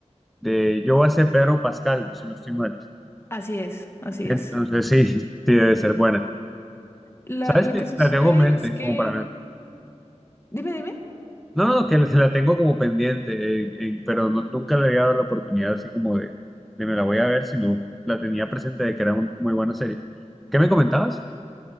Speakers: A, in the centre; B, on the left.
A: de Joa Pedro Pascal, si no estoy mal.
B: Así es, así
A: Entonces
B: es.
A: sí, sí debe ser buena.
B: La-
A: ¿Sabes
B: lo
A: que
B: que sucede
A: La tengo en mente
B: es que,
A: como para
B: dime, dime,
A: No, no, que se la tengo como pendiente, eh, eh, pero no- nunca le había dado la oportunidad así como de, de me la voy a ver, sino la tenía presente de que era una muy buena serie. ¿Qué me comentabas?